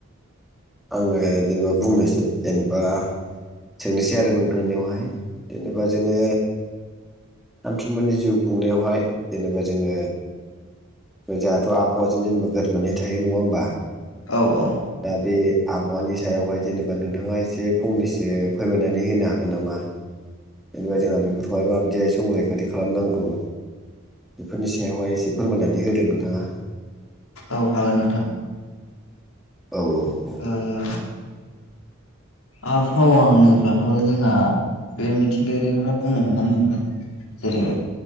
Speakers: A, in the centre; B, on the left.
A: आङो जेनेबा बुंनोसै जेनेबा सोंनोसै आरो नोंथांनियावहाय जेनेबा जोङो सामथुममोननि जिउ खुंनायावहाय जेनेबा जोङो जाहाथ' आबहावाजों जेनेबा गोरबनानै थायो नङा होमबा
B: औ औ
A: दा बे आबहावानि सायावहाय जेनेबा नोंथाङा एसे फंनैसो फोरमायनानै होनो हागोन नामा? जेनेबा जोंहा बेफोरखौहाय माबायदिहाय संरैखाथि खालामनांगौ बेफोरनि सायावहाय एसे फोरमायनानै होदो नोंथाङा।
B: औ हागोन नोंथां
A: औ औ
B: ओ आबहावा होनोब्लाथ' जोंहा बे मिथिंगायारिखौनो बुङो नङा होमबा नोंथां? जेरै